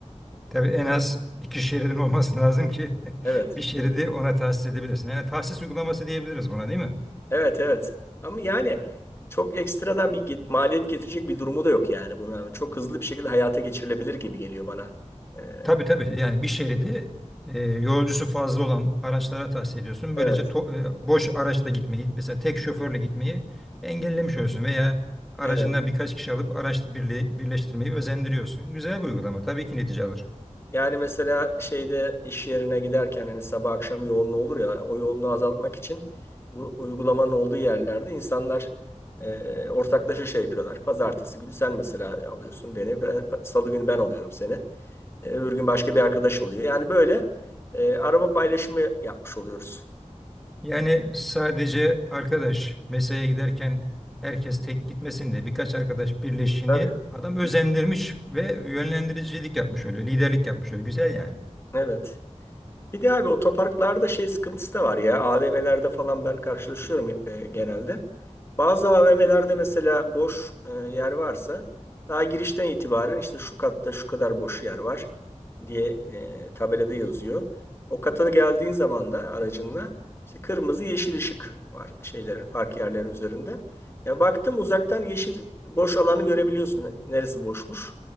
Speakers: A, in the centre; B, on the left (about 20°).
A: Tabii en az iki şeridin olması lazım ki
B: Evet.
A: <laughs> bir şeridi ona tahsis edebilirsin. Yani tahsis uygulaması diyebiliriz buna değil mi?
B: Evet evet. Ama yani çok ekstradan bir get- maliyet getirecek bir durumu da yok yani bunların. Çok hızlı bir şekilde hayata geçirilebilir gibi geliyor bana. Ee,
A: Tabii tabii yani bir şeridi e, yolcusu fazla olan araçlara tahsis ediyorsun.
B: evet.
A: Böylece to- e, boş araçla gitmeyi mesela tek şoförle gitmeyi engellemiş oluyorsun veya aracından
B: Evet.
A: birkaç kişi alıp araç birliği, birleştirmeyi özendiriyorsun. Güzel bir uygulama tabii ki netice alır.
B: Yani mesela şeyde iş yerine giderken hani sabah akşam yoğunluğu olur ya o yoğunluğu azaltmak için bu uygulamanın olduğu yerlerde insanlar e, ortaklaşa şey yapıyorlar. Pazartesi günü sen mesela alıyorsun beni. ben- Salı günü ben alıyorum seni. E, öbür gün başka bir arkadaş oluyor. Yani böyle e, araba paylaşımı yapmış oluyoruz.
A: Yani sadece arkadaş mesaiye giderken herkes tek gitmesin de birkaç arkadaş birleşini
B: Tabii.
A: adam özendirmiş ve yönlendiricilik yapmış oluyor, liderlik yapmış oluyor. Güzel yani.
B: Evet. Bir de abi otoparklarda şey sıkıntısı da var ya. AVM'lerde falan ben karşılaşıyorum e, genelde. Bazı AVM'lerde mesela boş e, yer varsa daha girişten itibaren işte şu katta şu kadar boş yer var diye e, tabelada yazıyor. O kata geldiğin zaman da aracınla işte kırmızı yeşil ışık var şeylerin park yerlerinin üzerinde. Ya baktım uzaktan yeşil boş alanı görebiliyorsun. Neresi boşmuş?